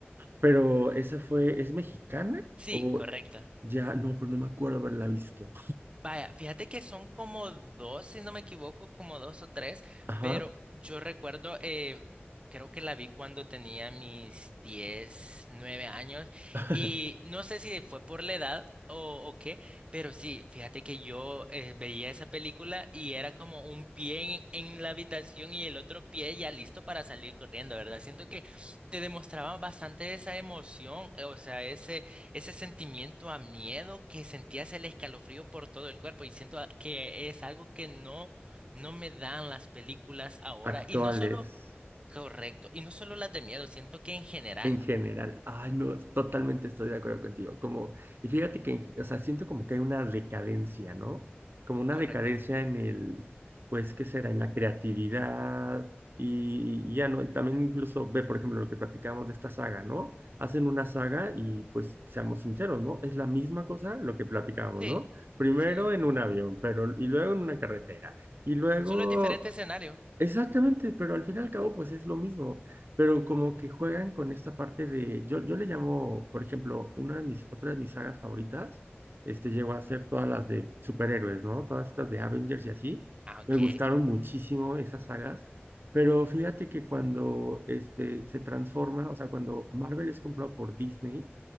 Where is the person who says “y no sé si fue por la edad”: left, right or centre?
Right